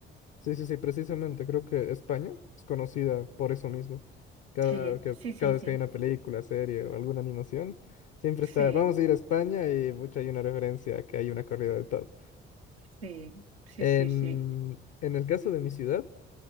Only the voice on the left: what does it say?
sí, sí, sí, precisamente, creo que España es conocida por eso mismo. Cada,
que,
cada vez
que hay una película, serie o alguna animación, siempre
está, vamos a ir a España y mucha hay una referencia a que hay una corrida de toros.
En,
en el caso de mi ciudad,